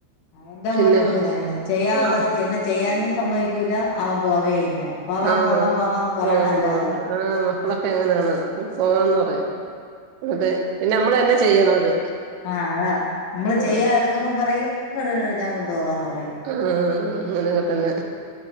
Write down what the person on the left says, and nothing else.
എന്റെ
മോനും ഇങ്ങനന്നെ ചെയ്യാനുള്ളത്
എന്നെ ചെയ്യാനും സമ്മതിക്കൂല്ല അവൻ പോവേയില്ല ല്ല പോവാ
പോവാ പോവാന്ന് പറയണല്ലാതാ
ആഹ് അതാ നമ്മള്
ചെയ്യാ എടുക്കുമ്പം പറയും ഇങ്ങട് ട് ഞാൻ കൊണ്ടു പോവാന്ന് പറ